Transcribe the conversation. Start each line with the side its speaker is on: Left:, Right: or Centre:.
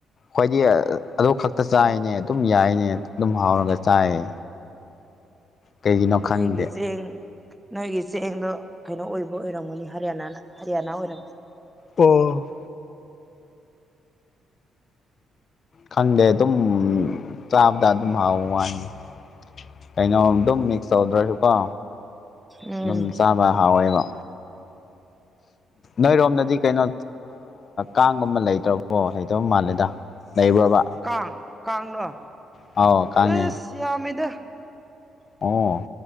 Left: ꯈ꯭ꯣꯏꯏꯗꯤ ꯑꯗꯨ ꯈꯛꯇ ꯆꯥꯏꯅꯦ ꯑꯗꯨꯝ ꯌꯥꯏꯅꯦ ꯑꯗꯨꯝ ꯍꯥꯎꯔꯒ ꯆꯥꯏꯌꯦ ꯀꯩꯒꯤꯅꯣ ꯈꯪꯗꯦ
Centre: ꯅꯣꯏꯒꯤ ꯆꯦꯡ ꯅꯣꯏꯒꯤ ꯆꯦꯡꯗꯣ ꯀꯩꯅꯣ ꯑꯣꯏꯕ ꯑꯣꯏꯔꯝꯒꯅꯤ ꯍꯔꯤꯌꯥꯅꯥꯅ ꯍꯔꯤꯌꯥꯅꯥ ꯑꯣꯏꯔꯝꯒꯅꯤ
Left: ꯑꯣ ꯈꯪꯗꯦ ꯑꯗꯨꯝ ꯆꯥꯕꯗ ꯑꯗꯨꯝ ꯍꯥꯎꯕ ꯋꯥꯅꯤꯗ ꯀꯩꯅꯣꯝ ꯑꯗꯨꯝ ꯃꯤꯛꯁ ꯇꯧꯗ꯭ꯔꯁꯨꯀꯣ
Centre: ꯎꯝ
Left: ꯑꯗꯨꯝ ꯆꯥꯕ ꯍꯥꯎꯋꯦꯀꯣ ꯅꯣꯏꯔꯣꯝꯗꯗꯤ ꯀꯩꯅꯣ ꯀꯥꯡꯒꯨꯝꯕ ꯂꯩꯇ꯭ꯔꯕꯣ ꯂꯩꯇꯕ ꯃꯥꯜꯂꯦꯗ ꯂꯩꯕꯕ
Centre: ꯀꯥꯡ ꯀꯥꯡꯂꯣ
Left: ꯑꯥꯎ ꯀꯥꯡꯅꯦ
Centre: ꯑꯦꯁ ꯌꯥꯝꯃꯤꯗ
Left: ꯑꯣ